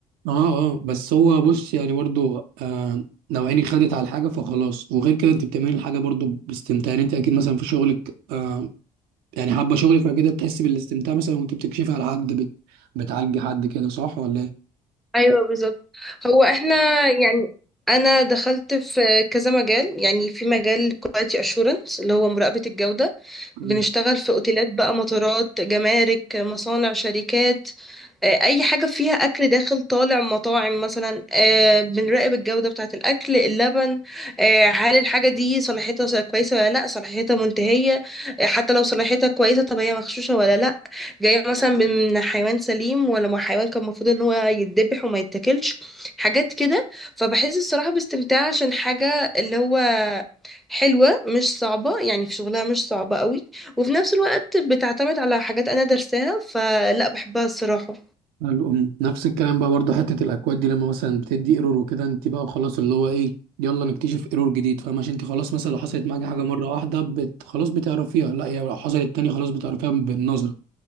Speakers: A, on the right; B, in the centre.
A: اه اه بس هو بص يعني برضو آه لو عيني خدت على الحاجة فخلاص وغير كده انت بتعملي الحاجة برضو باستمتاع يعني انت اكيد مثلا في شغلك آه يعني حابة شغلك فكده بتحسي بالاستمتاع مثلا وانت بتكشفي على حد بت... بتعالجي حد كده صح ولا ايه؟
B: ايوه بالظبط هو احنا يعني انا دخلت في كذا مجال يعني في مجال كواليتي اشورنس اللي هو مراقبه الجوده
A: نعم.
B: بنشتغل في اوتيلات بقى مطارات جمارك مصانع شركات آه، اي حاجه فيها اكل داخل طالع مطاعم مثلا آه، بنراقب الجوده بتاعه الاكل اللبن آه، هل الحاجه دي صلاحيتها س- كويسه ولا لا صلاحيتها منتهيه آه، حتى لو صلاحيتها كويسه طب هي مغشوشه ولا لا جايه مثلا من حيوان سليم ولا من حيوان كان المفروض ان هو يتذبح وما يتاكلش حاجات كده فبحس الصراحه باستمتاع عشان حاجه اللي هو حلوة مش صعبة يعني في شغلها مش صعبة قوي وفي نفس الوقت بتعتمد على حاجات أنا درساها فلا بحبها الصراحة
A: الأم نفس الكلام بقى برضه حتة الأكواد دي لما مثلا بتدي ايرور وكده انت بقى خلاص اللي هو ايه يلا نكتشف ايرور جديد فاهمة عشان انت خلاص مثلا لو حصلت معاكي حاجة مرة واحدة بت... خلاص بتعرفيها لا يا لو حصلت تاني خلاص بتعرفيها بالنظرة